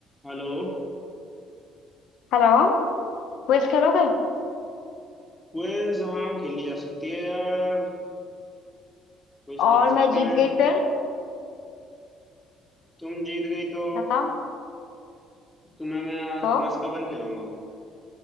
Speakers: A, in the centre; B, on the left.
A: Hello
B: Hello Quiz खेलोगे
A: Quiz हाँ खेली जा सकती है यार क्विज
B: और
A: खेल
B: मैं
A: सकते
B: जीत
A: हैं
B: गई फिर
A: तुम जीत गई तो
B: बताओ
A: तुम्हें मैं आज
B: तो
A: मस्काबन खिलाऊंगा